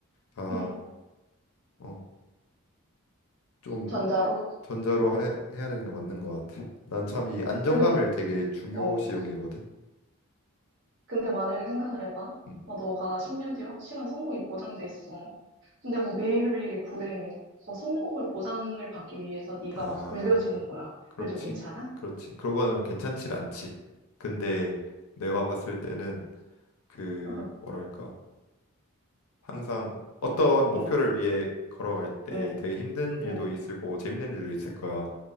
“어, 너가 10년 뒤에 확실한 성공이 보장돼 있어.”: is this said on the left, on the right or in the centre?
Right